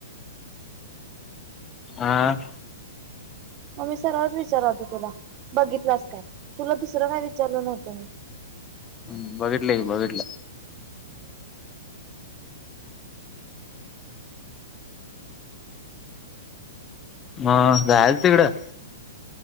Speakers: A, on the left; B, on the right.
A: आ <inaudible>
B: मग मी सरळच विचारालतो तुला बघितलास काय तुला दुसरं काय विचारलं नव्हतं मी ह <unintelligible>
A: ्ह बघिटल कि बघिटल. म जायच तिकडं.